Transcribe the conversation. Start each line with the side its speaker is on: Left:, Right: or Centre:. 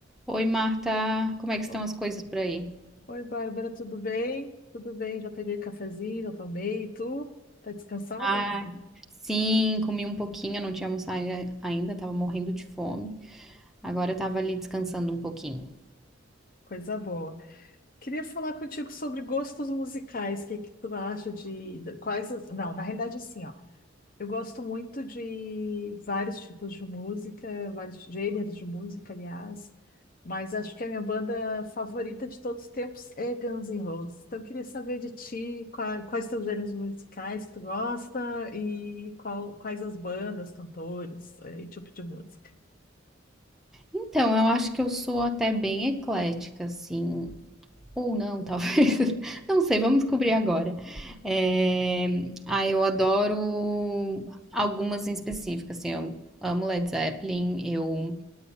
Centre: Oi, Marta, como é que
Left: Bom,
Centre: estão as coisas por aí?
Left: Oi, Bárbara, tudo bem? Tudo bem, já peguei cafezinho, já tomei. E tu? Tá descansada?
Centre: Ah, sim, comi um pouquinho, eu não tinha almoçado ai- ainda, tava morrendo de fome. Agora eu tava ali descansando um pouquinho.
Left: Coisa boa. Queria falar contigo sobre gostos musicais. O que que tu acha de de- quais? as- Não, na realidade, assim, ó. Eu gosto muito de vários tipos de música, vários gêneros de música, aliás, mas acho que a minha banda favorita de todos os tempos é Guns N' Roses. Então, eu queria saber de ti qua- quais são os gêneros musicais que tu gosta e qual- quais as bandas, cantores, eh, e tipo de música.
Centre: Então, eu acho que eu sou até bem eclética, assim. Ou não, talvez. <laughs> Não sei, vamos descobrir agora. É, Ah, eu adoro algumas em específico, assim, eu amo Led Zeppelin, eu